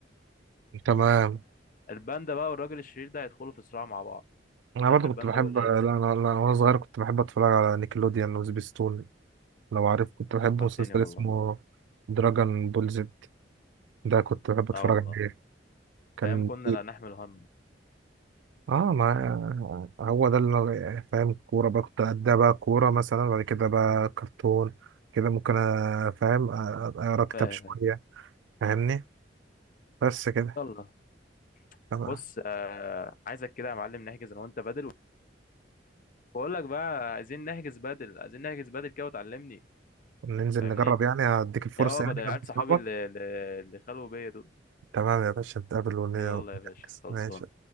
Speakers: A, on the right; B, on the left.
A: تمام
B: الباندا بقى والراجل الشرير ده هيدخلوا في صراع مع بعض
A: أنا
B: في الاخر
A: برضه
B: الباندا
A: كنت بحب
B: هو اللي
A: لا
B: هيكسب
A: أنا لا أنا وأنا صغير كنت بحب أتفرج على نيكلوديان وسبيستون لو عارف كنت بحب
B: فكرتني
A: مسلسل
B: والله
A: اسمه دراجون بول زد ده كنت بحب أتفرج
B: اه والله
A: عليه كان
B: ايام كنا
A: في-
B: لا نحمل هم
A: اه ما آه، هو ده اللي أنا فاهم كورة بقى كنت أديها بقى كورة مثلا بعد كده بقى كرتون كده ممكن أ- فاهم آه، أ- أقرا كتاب
B: فاهم
A: شوية
B: أيوة.
A: فاهمني بس كده
B: يلا
A: تمام
B: بص آه عايزك كده يا معلم نحجز انا وانت بدل بقول لك بقى عايزين نحجز بدل عايزين نحجز بدل كده وتعلمني
A: ننزل
B: فاهمني
A: نجرب يعني هديك الفرصة
B: يا هو
A: يعني
B: بدل
A: جنب
B: عيال
A: صحابك
B: صحابي اللي اللي اللي خلوا بيا دول
A: تمام يا باشا نتقابل ون-
B: يلا
A: ونحجز
B: يا باشا خلصان
A: ماشي